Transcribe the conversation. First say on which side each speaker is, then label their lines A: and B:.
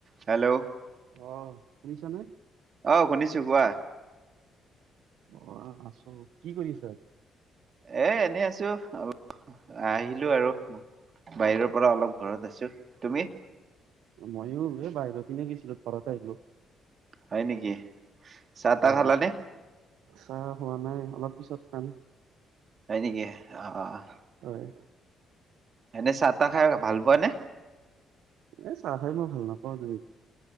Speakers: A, on the right; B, on the right.
A: হেল্ল'
B: অ' শুনিছা নে?
A: অ' শুনিছো কোৱা।
B: অ' আছো। কি কৰিছা?
A: এ' এনেই আছো, অপ আহিলো আৰু, বাহিৰৰ পৰা অলপ
B: অ
A: ঘৰত আহিছো। তুমি?
B: মইয়ো এই বাহিৰৰ পিনে গৈছিলো, ঘৰত আহিলো।
A: হয় নেকি? চাহ তাহ
B: হয়।
A: খালা নে?
B: চাহ খোৱা নাই, অলপ পিছত খাম।
A: হয় নেকি, অ'অ'
B: হয়
A: এনেই চাহ তাহ খাই ভাল পোৱা নে?
B: এ' চাহ খাই মই ভাল নাপাওঁ। তেনে